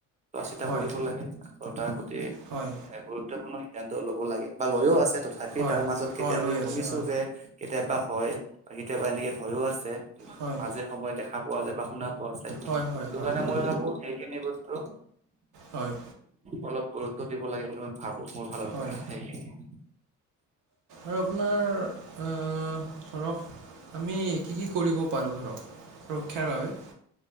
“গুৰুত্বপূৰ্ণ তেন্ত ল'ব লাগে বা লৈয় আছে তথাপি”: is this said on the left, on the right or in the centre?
Right